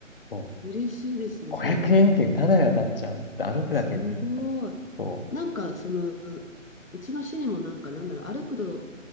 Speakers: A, on the left (about 45°); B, on the left (about 90°).
A: そう
B: 嬉しいですね、
A: 500円券タダで当たっちゃうって歩くだけでいいみたいな。
B: それ。すごい。
A: そ
B: なんか、その、うちの市にもなんか、なんだろう、歩くと